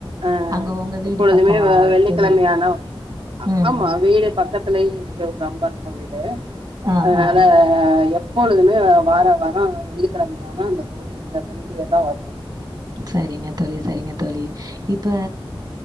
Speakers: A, on the right (about 70°); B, on the right (about 45°).
A: அஹ்
B: அங்க உங்க வீடு
A: எப்பொழுதுமே
B: பக்கமா
A: வெ வெள்ளிக்கிழமையான
B: தோழி? அஸ் ம்.
A: ஆமா வீடு பக்கத்து த்துலயே இருக்கு ஒரு அம்பன் கோவிலு
B: ஆ,
A: அதனாலே
B: ஆ.
A: எப் பொழுதுமே வாரா வாரோ வெள்ளிக்கிழமையான அந்த கோவிலுக்குள்ள போயிட்டுதான் வருவே
B: சரிங்க தோழி சரிங்க தோழி இப் ப